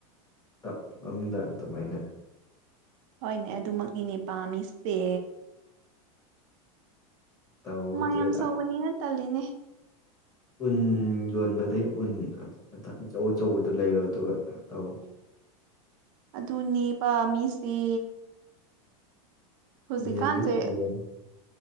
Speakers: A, on the left; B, on the right.
A: ꯇꯞ ꯑꯃꯝꯗ ꯑꯗꯨꯃꯥꯏꯅ
B: ꯍꯣꯏꯅꯦ ꯑꯗꯨꯃꯛꯅꯤꯅꯦ ꯄꯥꯝꯃꯤꯁꯦ
A: ꯇ ꯑꯣꯗꯤ
B: ꯍꯨꯃꯥꯡ ꯌꯥꯝ ꯁꯧꯕꯅꯤꯅ ꯇꯜꯂꯤꯅꯦ
A: ꯎꯟ ꯌꯣꯟꯕꯗꯒ ꯎꯟ ꯑꯆꯧ ꯑꯆꯧꯕꯗꯨꯣ ꯂꯩꯔꯣ ꯑꯗꯨꯒ ꯇꯧ
B: ꯑꯗꯨꯅꯦ ꯄꯥꯝꯃꯤꯁꯦ ꯍꯧꯖꯤꯛꯀꯥꯟꯁꯦ
A: ꯏꯟꯖꯤꯟꯗ ꯁꯤꯔꯅꯤ